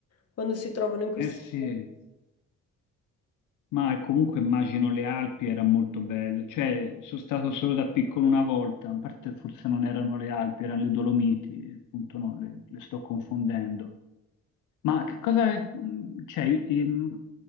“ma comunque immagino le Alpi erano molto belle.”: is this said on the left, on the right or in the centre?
Left